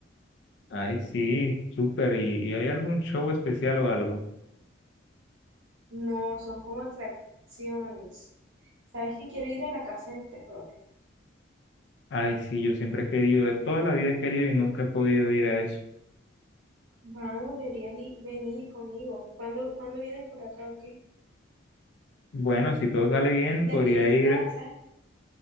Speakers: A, on the left; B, on the right.
A: Ay, sí, súper. ¿Y, y hay algún show especial o algo?
B: No, son como atracciones. ¿Sabes que quiero ir a la casa del terror?
A: Ay, sí, yo siempre he querido, eh, toda la vida he querido y nunca he podido ir a eso.
B: Vamos, deberías ir- venir conmigo. ¿Cuándo, cuándo vienes por acá o qué?
A: Bueno, si todo sale bien,
B: Y también
A: podría ir.
B: está, ¿sabes?